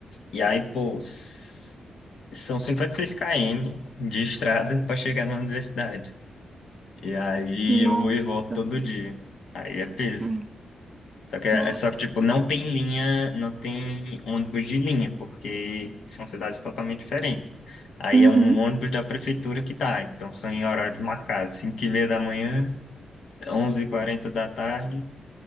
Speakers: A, on the left (about 70°); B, on the right (about 25°).
A: E aí, pô, s- são 56 km de estrada <laughs> para chegar na universidade. E aí
B: Nossa.
A: eu vou e volto todo dia. Aí é peso.
B: Hum,
A: Só que, é-
B: Nossa.
A: é só que, tipo, não tem linha, não tem ônibus de linha, porque são cidades totalmente diferentes. Aí
B: Uhum.
A: é um ônibus da prefeitura que tá, então são em horários marcados, 5 e meia da manhã, onze e quarenta da tarde